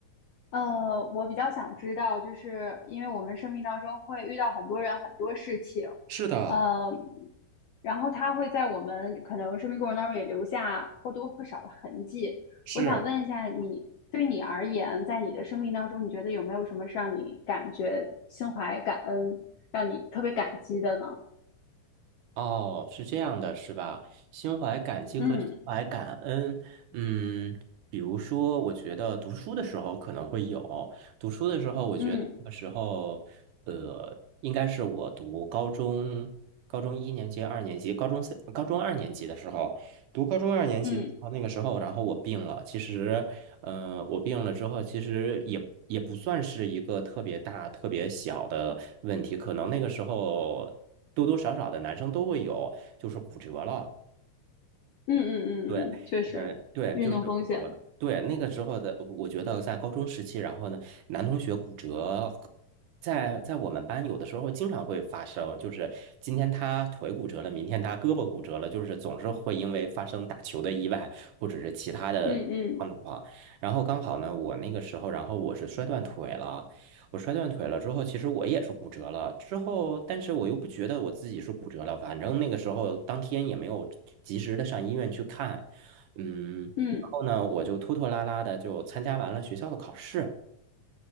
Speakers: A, on the left; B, on the right.
A: 呃，我比较想知道，就是因为我们生命当中会遇到很多人、很多事情，
B: 是的，
A: 呃，然后他会在我们可能生命过程当中也留下或多或少的痕迹。
B: 是，
A: 我想问一下你，对你而言，在你的生命当中，你觉得有没有什么是让你感觉心怀感恩，让你特别感激的呢？
B: 哦，是这样的，是吧？心怀感激和心怀感恩，
A: 嗯
B: 嗯，比如说，我觉得读书的时候可能会有，读书的时候，我觉得那时候，
A: 嗯
B: 呃，应该是我读高中，高中一年级、二年级、高中三、高中二年级的时候，读高中二年级的时候，
A: 嗯
B: 那个时候，然后我病了。其实呃，我病了之后，其实也也不算是一个特别大、特别小的问题，可能那个时候多多少少的男生都会有，就是骨折了。
A: 嗯嗯嗯嗯，
B: 对，
A: 确实，
B: 呃，对，
A: 运动风险，
B: 就是骨折。对，那个时候的，我觉得在高中时期，然后呢，男同学骨折，在在我们班有的时候经常会发生，就是今天他腿骨折了，明天他胳膊骨折了，就是总是会因为发生打球的意外或者是其他的状况。
A: 嗯嗯
B: 然后刚好呢，我那个时候，然后我是摔断腿了，我摔断腿了之后，其实我也是骨折了。之后，但是我又不觉得我自己是骨折了，反正那个时候当天也没有及时的上医院去看。嗯，
A: 嗯
B: 然后呢，我就拖拖拉拉的就参加完了学校的考试。